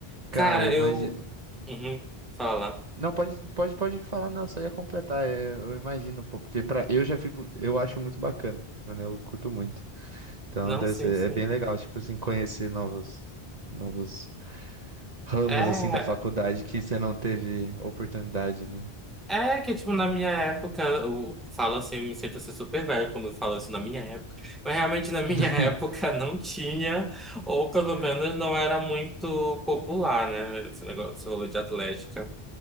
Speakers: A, in the centre; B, on the right (about 45°).
A: Cara,
B: Cara, eu
A: eu.
B: imagino.
A: Uhum, fala.
B: Não, pode, pode, pode falar, não, só ia completar. é, eu imagino, pô, porque pra, eu já fico, eu acho muito bacana, né? Eu curto muito. Então,
A: Não,
B: deve
A: sim,
B: ser-
A: sim.
B: é bem legal, tipo assim, conhecer novos, novos ramos,
A: É.
B: assim, da faculdade que você não teve oportunidade, né?
A: É que, tipo, na minha época, eu falo assim, eu me sinto assim super velho quando eu falo isso na minha época. Mas realmente na minha
B: <laughs>
A: <laughs> época não tinha, ou pelo menos não era muito popular, né? Esse negócio, esse rolê de atlética.